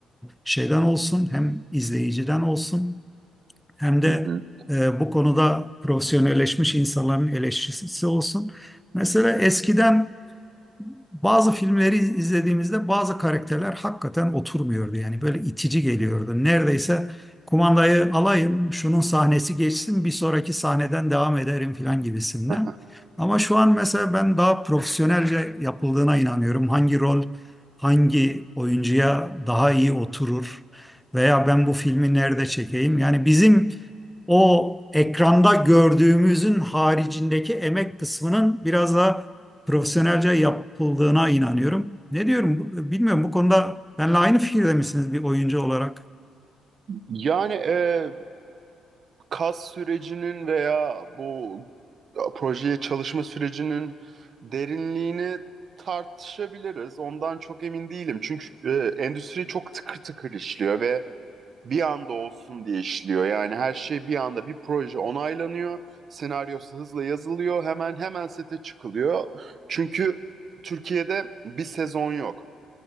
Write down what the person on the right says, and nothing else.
Hı hı.
<laughs>
Yani e, kas sürecinin veya bu e, projeye çalışma sürecinin derinliğini tartışabiliriz. Ondan çok emin değilim. Çünkü e, endüstri çok tıkır tıkır işliyor ve bir anda olsun diye işliyor. Yani her şey bir anda bir proje onaylanıyor. Senaryosu hızla yazılıyor. Hemen hemen sete çıkılıyor. Çünkü Türkiye'de bir sezon yok